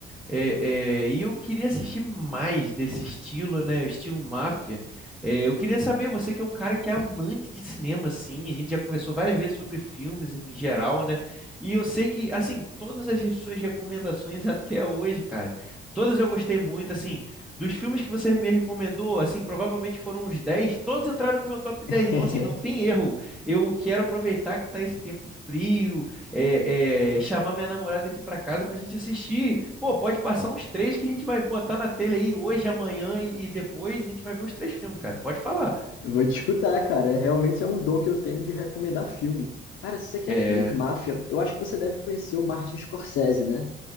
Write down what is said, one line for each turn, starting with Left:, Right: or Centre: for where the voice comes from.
Centre: É, é, e eu queria assistir mais desse estilo, né? O estilo máfia. É, eu queria saber, você que é um cara que é amante de cinema, assim, a gente já conversou várias vezes sobre filmes em geral, né? E eu sei que, assim, todas as suas recomendações <laughs> até hoje, cara, todas eu gostei muito, assim, dos filmes que você me recomendou, assim, provavelmente foram uns 10, todos entraram no meu top 10.
Left: <laughs>
Centre: então, assim, não tem erro. Eu quero aproveitar que tá esse tempo frio, é, é, chamar minha namorada aqui para casa pra gente assistir. Pô, pode passar uns três que a gente vai botar na telha aí hoje, amanhã e, e depois a gente vai ver os três filmes, cara. Pode falar.
Left: Eu Vou te escutar, cara. É, Realmente é um dom que eu tenho de recomendar filme. Cara, se você quer
Centre: É,
Left: filme de máfia, eu acho que você deve conhecer o Martin Scorsese, né?